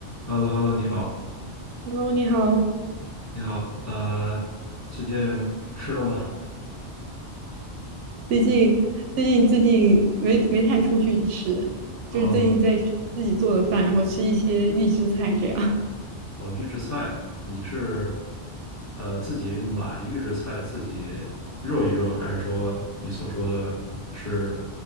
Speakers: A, on the left; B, on the right.
A: h e l l o h e l l o 你好，
B: Hello，你好。
A: 你好，呃，最近吃了吗？
B: 最近最近最近没没太出去吃，
A: 呃，
B: 就是最近在吃自己做的饭，然后吃一些预制菜这样。
A: 哦，预制菜，你是呃自己买预制菜自己热一热，还是说你所说的是